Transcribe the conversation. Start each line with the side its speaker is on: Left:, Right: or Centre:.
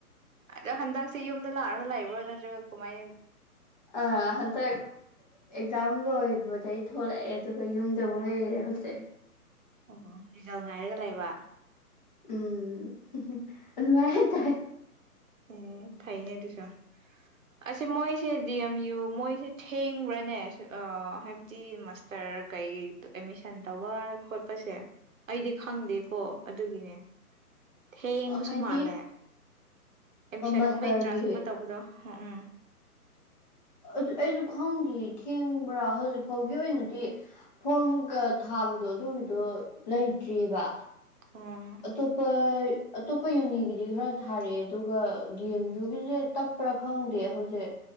Right: ꯑꯗꯣ ꯍꯟꯗꯛꯁꯦ ꯌꯨꯝꯗ ꯂꯥꯛꯑꯒ ꯂꯩꯕ꯭ꯔ‌ꯣ ꯅꯠꯇ꯭ꯔꯒ ꯀꯃꯥꯏꯟ
Left: ꯑꯥ ꯍꯟꯇꯛ ꯑꯦꯛꯖꯥꯝ ꯂꯣꯏꯕꯗꯩ ꯊꯣꯛꯂꯑꯦ ꯑꯗꯨꯒ ꯌꯨꯝꯗꯃꯨꯛ ꯂꯩꯔꯦ ꯍꯧꯖꯤꯛ
Right: ꯑꯣ ꯔꯤꯖꯜ ꯉꯥꯏꯔꯒ ꯂꯩꯕ
Left: ꯎꯝ ꯑꯗꯨꯃꯥꯏ ꯍꯥꯏꯇꯥꯏ
Right: ꯎꯝ ꯐꯩꯅꯦ ꯑꯗꯨꯁꯨ ꯑꯁ‌ꯦ ꯃꯣꯏꯁꯦ ꯗꯤ ꯑꯦꯝ ꯌꯨ ꯃꯣꯏꯁꯦ ꯊꯦꯡꯕ꯭ꯔꯅꯦ ꯁꯨ ꯑ ꯍꯥꯏꯕꯗꯤ ꯃꯥꯁꯇꯔ ꯀꯩꯩꯒꯩ ꯑꯦꯃꯤꯁꯟ ꯇꯧꯕ ꯈꯣꯠꯄꯁꯦ ꯑꯩꯗꯤ ꯈꯪꯗꯦꯀꯣ ꯑꯗꯨꯒꯤꯅꯦ ꯊꯦꯡꯕꯁꯨ
Left: ꯍꯥꯏꯗꯤ
Right: ꯃꯥꯜꯂꯦ ꯑꯦꯗꯃꯤꯁꯟꯒꯨꯝꯕ
Left: ꯃꯥꯁꯇꯔꯒꯤ
Right: ꯑꯦꯟꯇ꯭ꯔꯥꯟꯁꯀꯨꯝꯕ ꯇꯧꯕꯗꯣ ꯎꯝ ꯎꯝ
Left: ꯑꯗꯨ ꯑꯩꯁꯨ ꯈꯪꯗꯦ ꯊꯦꯡꯕ꯭ꯔꯥ ꯍꯧꯖꯤꯛ ꯐꯥꯎꯒꯤ ꯑꯣꯏꯅꯗꯤ ꯐꯣꯔ꯭ꯝꯒ ꯊꯥꯕꯗꯣ ꯑꯗꯨꯒꯤꯗꯣ ꯂꯩꯇ꯭ꯔꯤꯕꯥ
Right: ꯎꯝ
Left: ꯑꯇꯣꯞꯄꯥ ꯑꯇꯣꯞꯄ ꯌꯨꯅꯤꯒꯤꯗꯤ ꯈꯔ ꯊꯥꯔꯛꯑꯦ ꯑꯗꯨꯒ ꯗꯤ ꯑꯦꯝ ꯌꯨꯒꯤꯁꯦ ꯇꯞꯄ꯭ꯔꯥ ꯈꯪꯗꯦ ꯍꯧꯖꯤꯛ